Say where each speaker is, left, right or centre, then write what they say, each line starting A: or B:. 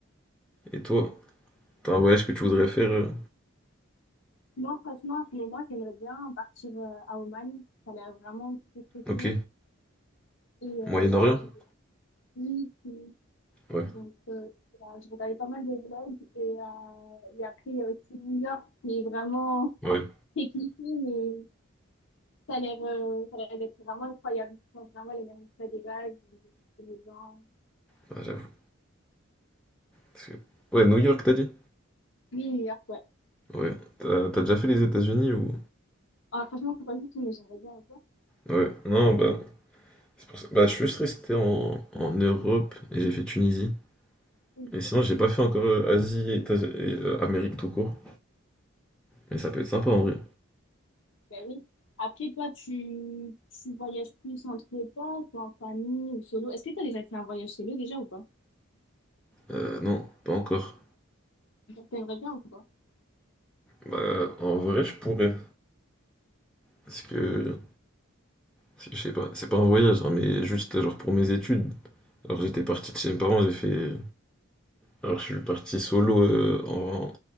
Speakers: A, in the centre; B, on the left (about 65°).
A: Et toi, t'as un voyage que tu voudrais faire euh,
B: Moi, franchement, à ce moment, j'aimerais bien partir euh, à Oman. Ça a l'air vraiment très, très
A: Ok.
B: cool. Et euh,
A: Moyen-Orient?
B: je regarde. Oui, oui.
A: Ouais,
B: donc euh, voilà, je regardais pas mal de vlogs et, euh, et après il y a aussi New York qui est vraiment
A: ouais,
B: <laughs> très cliché mais ça a l'air euh, ça a l'air d'être vraiment incroyable. Ils font vraiment les mêmes plats des vagues, et et les gens.
A: bah, j'avoue. Parce que- Ouais, New York, t'as dit?
B: Oui, New York, ouais.
A: Ouais. T'as t'as déjà fait les États-Unis ou...
B: Ah, franchement, faut pas du tout, mais j'aimerais bien un peu.
A: Ouais, non, bah, c'est pour ça- bah, je suis juste resté en, en Europe et j'ai fait Tunisie.
B: Oui.
A: Et sinon, j'ai pas fait encore euh, Asie et, Tas- et, euh, Amérique tout court. Mais ça peut être sympa en vrai.
B: Ben oui. Après toi, tu, tu voyages plus entre potes ou en famille ou solo. Est-ce que tu as déjà fait un voyage solo déjà ou pas?
A: Euh, non, pas encore.
B: T'aimerais bien ou pas?
A: Bah, en vrai, je pourrais. Parce que, parce que je sais pas, c'est pas un voyage, hein, mais juste genre pour mes études. Alors, j'étais parti de chez mes parents, j'ai fait. Alors, je suis parti solo euh, en-